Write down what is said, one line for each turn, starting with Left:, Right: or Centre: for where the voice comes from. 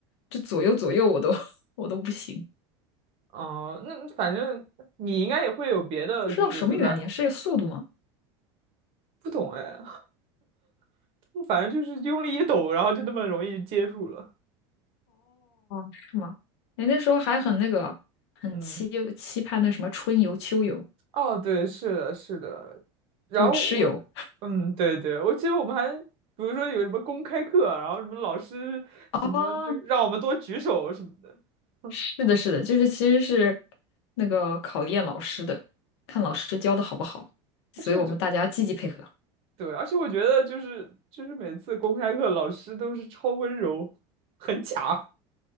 Left: 这左右左右我都 <laughs> 我都不行，
Right: 哦、那反正你应该也会有别的，
Left: 不知道什么原理啊，
Right: 就是比如说
Left: 是速度吗？
Right: 不懂哎，<laughs> 反正就是用力一抖，然后就那么容易接住了。
Left: 是吗？你那时候还很那个，很期期盼那什么春游、
Right: 嗯。
Left: 秋游，
Right: 哦，对，是的，是的。然后我，
Left: 就是吃游
Right: 嗯，对对，我记得我们还，比如说有什么公开课啊，然后什么老师什么那个让我们多举手什么的。
Left: 啊。
Right: 嗯，
Left: 是的，是的，就是其实是那个考验老师的，看老师教的好不好，所以我们大家积极配合。
Right: 而且我觉，对，而且我觉得就是就是每次公开课老师都是超温柔，很假。